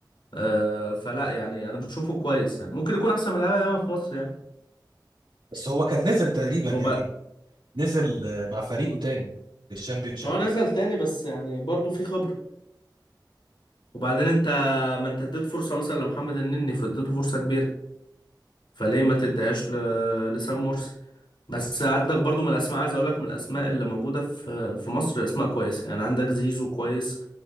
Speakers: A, on the left; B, on the right.
A: آه، فلا يعني انا بشوفه كويس يعني ممكن يكون احسن من لعيبه ياما في مصر يعني
B: بس هو كان نزل تقريبا
A: وبعد
B: يعني نزل آه، مع فريقه تاني للشامبيونشيب
A: هو نزل تاني بس يعني برضه في خبره وبعدين انت ما انت اديت فرصه مثلا لمحمد النني فاديته فرصه كبيره فليه ما تديهاش ل- لسام مرسي بس عندك برضو من الاسماء عايز اقول لك من الاسماء اللي موجوده في في مصر اسماء كويسه يعني عندك زيزو كويس